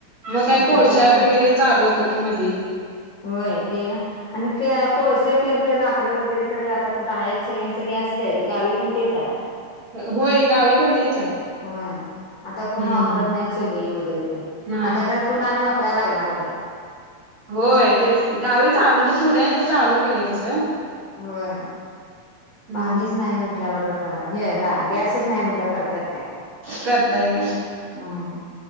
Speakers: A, on the right (about 45°); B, on the left (about 55°).
A: मग काय कोळश्यावर
B: ते गॅस
A: वगैरे चालू होतं की मधी
B: होय ते आणि कोळसे तर ते लाकड वगैरे तर आता कुठं आहेत सगळ्यांच गॅसच आहे गावी पण तेच आहे आता.
A: होय गावी पण तेच आहे.
B: होय आता कोण
A: हम्म.
B: वापरत नाही. वगे वैगेरे
A: नाही
B: आता खर पुन्हा वापराला लागणारच हाय.
A: होय तेच की गावी चा म्हणजे थोड्या चालू केलंय तसं
B: होय,
A: हम्म.
B: पाणीच नाही म्हटल्यावर हे गॅसच नाही म्हटलं करतात काय?
A: करताय काय?
B: हम्म